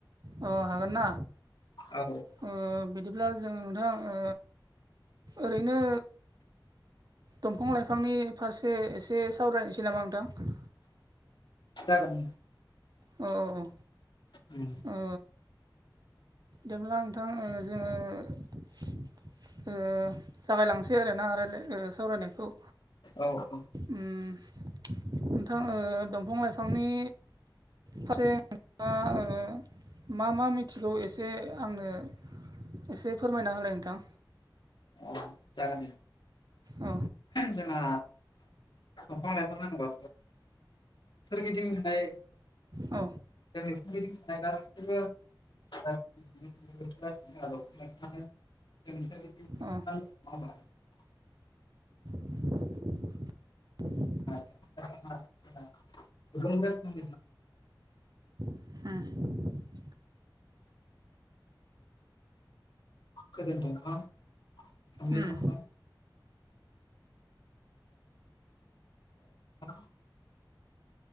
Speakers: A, on the right; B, on the left.
A: अ हागोनना।
B: औ।
A: ओ बिदिब्ला जों नोंथां ओ ओरैनो। दंफां लाइफांनि फारसे एसे सावरायनोसै नामा नोथां
B: जागोन।
A: अ अ ओ
B: उम
A: अ ओ जेब्ला नोंथां ओ जोङो जोंङो जागायलांसै आरोना रायालाय सावरायनायखौ
B: औ औ।
A: उम। नोंथां दंफां लाइफांनि फारसे नोंथाङा। ओ मा मा मिथिगौ एसे। जे आंनो। एसे फोरमायना होलाय नोंथां।
B: औ जागोन
A: औ
B: जोंहा दंफांनायखौ नांगौ सोरगिदिं थानाय
A: औ
B: <unintelligible> <unintelligible> <unintelligible>
A: औ <unintelligible>
B: <unintelligible>
A: उम।
B: खोदोम दंफां सोमलि
A: उम
B: दंफां <unintelligible>